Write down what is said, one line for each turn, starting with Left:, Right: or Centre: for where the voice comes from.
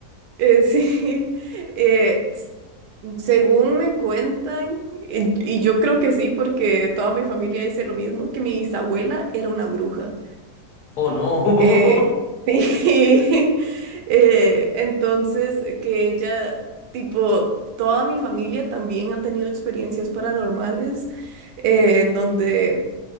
Right: eh, <laughs> sí, eh, s- según me cuentan, y, y yo creo que sí, porque toda mi familia dice lo mismo, que mi bisabuela era una bruja.
Left: Oh, no.
Right: Eh,
Left: <laughs>
Right: <laughs> sí. Eh, entonces, eh, que ella, tipo, toda mi familia también ha tenido experiencias paranormales, eh, en donde